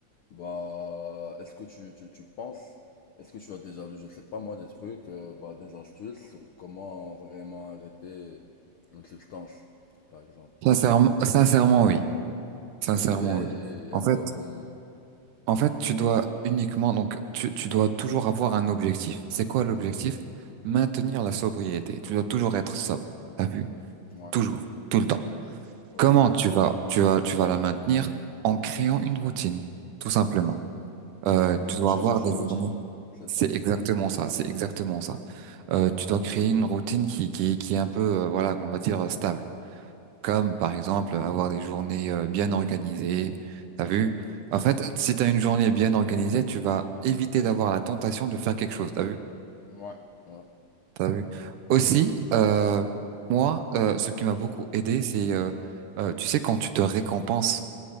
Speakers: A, on the left; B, on the right.
A: Bah, est-ce que tu, tu, tu penses, est-ce que tu as déjà lu, je sais pas moi, des trucs, euh, bah, des astuces sur comment vraiment arrêter une substance, par exemple?
B: Sincèrement, sincèrement oui. Sincèrement
A: Ok, et
B: oui.
A: il y
B: En
A: a
B: fait
A: quoi comme...
B: En fait, tu dois uniquement, donc, tu, tu dois toujours avoir un objectif. C'est quoi l'objectif? Maintenir la sobriété. Tu dois toujours être sobre. T'as vu?
A: Ouais,
B: Toujours, tout le temps.
A: ok.
B: Comment tu vas, tu vas, tu vas la maintenir? En créant une routine, tout simplement. Euh,
A: En fait, il
B: tu
A: faut
B: dois
A: changer
B: avoir
A: sa
B: des
A: routine,
B: journées.
A: c'est
B: C'est
A: ça?
B: exactement ça. C'est exactement ça.
A: Ok.
B: Euh, tu dois créer une routine qui, qui, qui est un peu, euh, voilà, on va dire euh, stable comme par exemple avoir des journées euh, bien organisées. T'as vu? En fait, si t'as une journée bien organisée, tu vas éviter d'avoir la tentation de faire quelque chose. T'as vu?
A: Ouais, ouais.
B: T'as vu? Aussi, euh, moi, euh, ce qui m'a beaucoup aidé, c'est, euh, euh, tu sais, quand tu te récompenses,